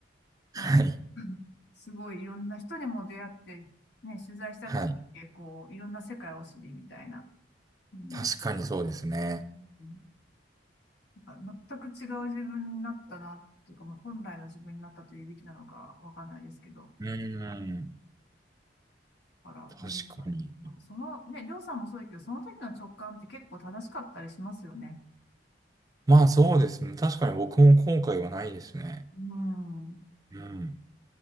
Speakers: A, on the left; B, on the right.
A: なんか、
B: はい。
A: <laughs> すごいいろんな人にも出会って、ね、取材した分だけ、
B: はい。
A: こう、いろんな世界を知りみたいな。うん。
B: 確かにそうですね。
A: うんなんか全く違う自分になったな、っていうか、まあ、本来の自分になったというべきなのかわかんないですけど。
B: うん。
A: うんだからね、
B: 確かに。
A: まあその、ね、りょうさんもそうだけど、その時の直感って結構正しかったりしますよね。
B: まあ、そうですね。確かに僕も後悔はないですね。
A: うん。
B: うん。